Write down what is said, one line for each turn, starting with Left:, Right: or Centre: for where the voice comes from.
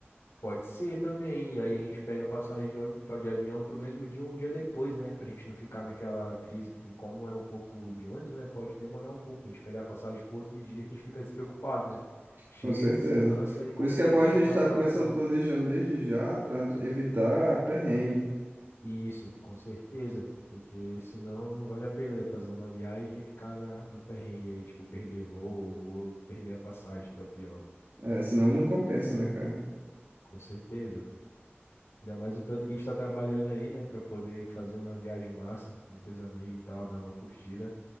Left: pode ser também. E aí a gente pega a passagem de ônibus pra- de avião para o mesmo dia ou um dia depois, né? Para a gente não ficar naquela crise, porque como é um pouco de ônibus, né? Pode demorar um pouco. A gente pegar a passagem para outro dia, a gente fica despreocupado, né? Chega,
Right: com certeza.
Left: descansa e consegue
Right: Por isso que é bom a
Left: pegar
Right: gente estar
Left: o avião.
Right: começando planejando desde já para evitar perrengue.
Left: Isso, com certeza. Porque senão não vale a pena, né, fazer uma viagem e ficar na, no perrengue aí, tipo, perder voo ou perder a passagem, que é o pior.
Right: É, senão não compensa, né, cara?
Left: Com certeza. Ainda mais o tanto que a gente está trabalhando aí, né, para poder fazer uma viagem massa entre os amigos e tal, dar uma curtida.